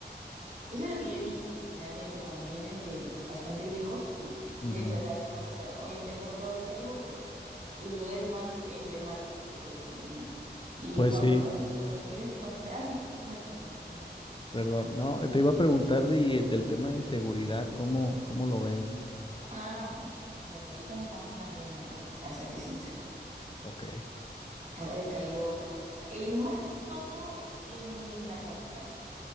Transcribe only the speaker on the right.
Eso es lo que yo he visto generalmente cuando vienen de bastante lejos y, y quieren
tratar de conocer, obviamente no todo el Perú, pero los lugares más emblemáticos se puede decir, ¿no? Y
cuando
vas, cuando quieren conocer, ah, sí, coméntame, coméntame, dime.
Ah, bueno, ahorita no estamos tan bien, la verdad, para serte sincera.
Ha decaído, eh, más que todo en la capital.